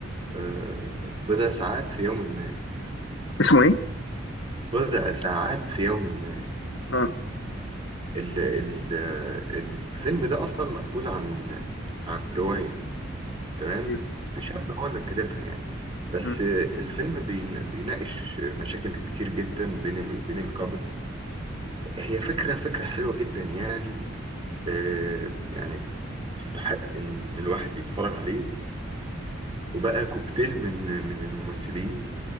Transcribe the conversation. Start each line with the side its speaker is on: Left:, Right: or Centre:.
Right: آه، بضع ساعات في يوم ما
Left: اسمه ايه
Right: بضع ساعات في يوم ما
Left: اه
Right: ال ال الفيلم ده أصلا مأخوذ عن عن رواية تمام
Left: ايه
Right: شاب هو اللي كاتبها يعني بس
Left: مم.
Right: الفيلم بين- بيناقش مشاكل كتير جدا بين ال- بين الكابل هي فكرة فكرة حلوة جدا يعني آه، يعني تستحق إن الواحد يتفرج عليه وبقى كوكتيل من من الممثلين